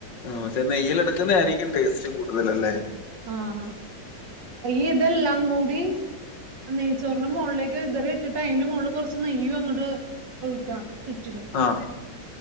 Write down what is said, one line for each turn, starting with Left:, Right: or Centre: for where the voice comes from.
Left: ആഹ് പക്ഷെ നെയ്യിലെടുക്കുന്ന ആയിരിക്കും ടേസ്റ്റ് കൂടുതലല്ലേ.
Right: ആഹ് ഈതെല്ലാം കൂടി. നെയ്ചോറിന്റെ മോളിലേക്ക് ഇതറി ഇട്ടിട്ട് അയിന്റെ മോളില് കൊറച്ച് നെയ്യും അങ്ങട്ട്. ഒഴിക്കണം ചുറ്റിന്.
Left: ആഹ്.